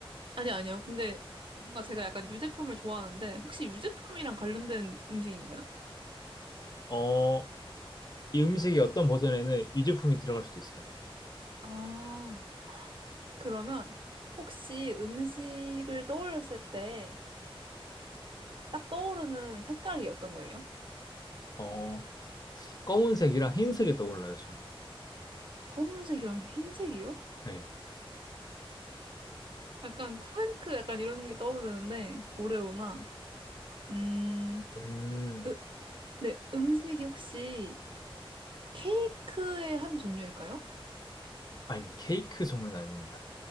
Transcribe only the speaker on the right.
아니, 아니요. 근데 뭔가 제가 약간 유제품을 좋아하는데, 혹시 유제품이랑 관련된 음식인가요?
아, 그러면 혹시 음식을 떠올렸을 때 딱 떠오르는 색깔이 어떤 거예요?
검은색이랑 흰색이요?
약간 쿠앤크 약간 이런 게 떠오르는데 오레오나 음,
으, 네, 음식이 혹시 케이크의 한 종류일까요?